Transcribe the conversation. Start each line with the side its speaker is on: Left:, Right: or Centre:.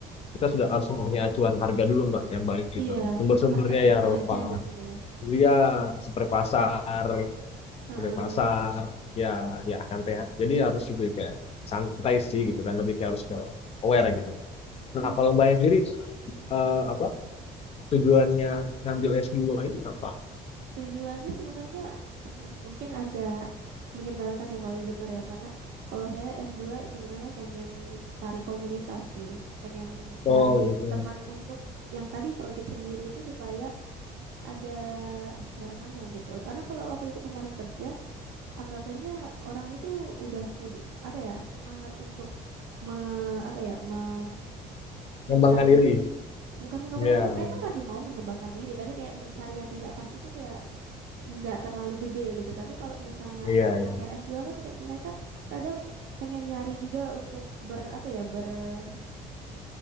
Left: kita sudah harus mempunyai acuan harga dulu Mbak yang baik gitu.
Right: Iya,
Left: Sumber-sumbernya
Right: market intelligence
Left: yang relevan.
Right: gitu ya.
Left: Iya, seperti
Right: Heeh.
Left: pasar,
Right: Heeh.
Left: seperti pasar, ya ya santai. Jadi harus lebih kayak santai sih gitu kan, lebih kayak harus ke aware gitu.
Right: heeh.
Left: Nah, kalau Mbaknya sendiri eh, apa tujuannya ngambil S2 ini apa?
Right: Tujuannya sebenarnya <laughs> mungkin agak menyebalkan ya kalau didengar ya karena kalau saya S2 sebenarnya pengen cari komunitas sih, pengen
Left: Oh
Right: nyari
Left: gitu,
Right: teman untuk yang tadi project sendiri itu supaya ada barengannya gitu. Karena kalau waktu itu kemarin kerja, anggapannya orang itu udah pud- apa ya, semangat untuk me- apa ya, me-
Left: mengembangkan
Right: mencari
Left: diri.
Right: bukan mengembangkan
Left: Ya,
Right: diri, mereka masih mau mengembangkan diri tapi kayak mencari yang tidak pasti itu kayak nggak terlalu gede gitu. Tapi kalau misalnya
Left: Iya,
Right: anak-anak yang s dua kan kayak mereka kadang pengen nyari juga untuk ber apa ya bertepatan